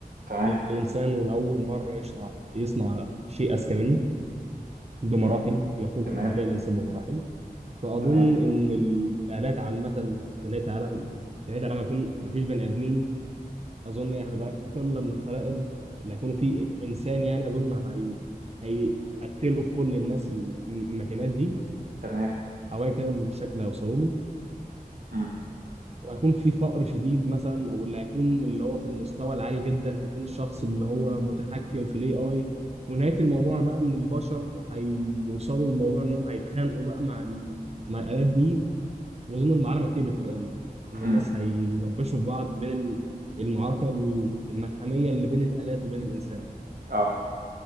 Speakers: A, on the right; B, on the right.
A: تمام
B: الانسان ولاول مرة يصنع يصنع شيء اذكى منه بمراحل
A: مم.
B: يفوق
A: تمام
B: ذكاء الانسان بمراحل فاظن
A: تمام
B: ان الالات عامة في نهاية العالم في نهاية العالم هيكون مفيش بني ادمين اظن يعني هيبقى قله من القلائل اللي هيكونوا فيه انسان يعني اظن هي هيقتلوا في كل الناس الم- الماكينات دي
A: تمام
B: او ايا كان الشكل اللي هيوصلوا له
A: مم.
B: وهيكون في فقر شديد مثلا او اللي هيكون اللي هو في المستوى العالي جدا هيكون الشخص اللي هو متحكم في الاي اي ونهايه الموضوع بقى ان البشر هيوصلوا لموضوع انهم هيتخانقوا بقى مع ال... مع الالات دي واظن ان العالم هينتهي بالطريقه دي ان
A: مم.
B: الناس هيدبشوا في بعض بين ال- المعركه الملحميه اللي بين الالات وبين الانسان
A: اه